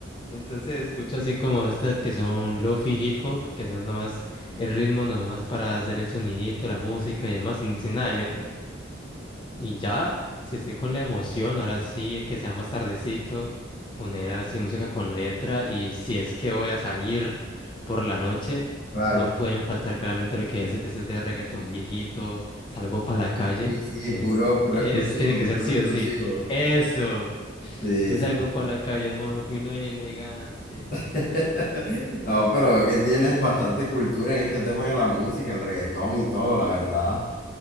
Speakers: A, on the left; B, on the left.
A: Entonces escucho así como estas que son lofi hip hop, que son nada más el ritmo nomás para hacer el sonidito, la música y demás, sin, sin nada de letra. Y ya, si estoy con la emoción, ahora sí, que sea más tardecito, poner ahora sí música con letra y si es que voy a salir por la noche,
B: Claro.
A: no pueden faltar claramente lo que es, eso es de reggaetón viejito, salgo para la calle,
B: Uy, sí,
A: es,
B: puro, puro
A: es,
B: exclusivo,
A: tiene que ser
B: puro
A: sí
B: exclusivo.
A: o sí, eso,
B: Sí,
A: hoy
B: sí,
A: salgo
B: sí.
A: para la calle, modo fino y elegante.
B: <laughs>
A: que
B: No, pero veo que tienes bastante cultura en este tema de la música, el reggaetón y todo, la verdad.